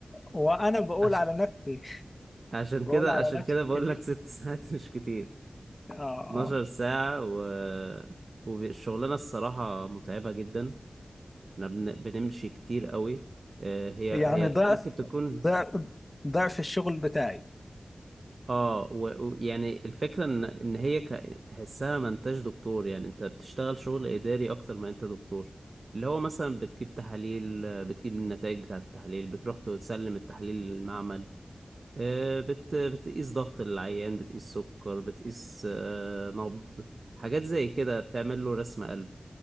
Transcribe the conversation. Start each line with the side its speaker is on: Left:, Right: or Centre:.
Left: وأنا بقول
Right: عشان
Left: على نفسي <laughs>
Right: عشان
Left: بقول
Right: كده
Left: على
Right: عشان
Left: نفسي
Right: كده بقول
Left: كبير
Right: لك ست <laughs> ساعات مش كتير
Left: آه آه
Right: 12 ساعة و والشغلانة الصراحة متعبة جدا احنا بن... بنمشي كتير قوي آه هي
Left: يعني
Right: هي
Left: ضعف
Right: ممكن تكون
Left: ضعف ضعف الشغل بتاعي
Right: اه و- ويعني الفكرة ان ان هي ك... تحسها ما انتش دكتور يعني انت بتشتغل شغل اداري اكتر ما انت دكتور اللي هو مثلا بتجيب تحاليل آه، بتجيب النتائج بتاعة التحاليل بتروح تسلم التحاليل للمعمل آه، بت... بتقيس ضغط العيان بتقيس سكر بتقيس آه، نبض حاجات زي كده بتعمل له رسم قلب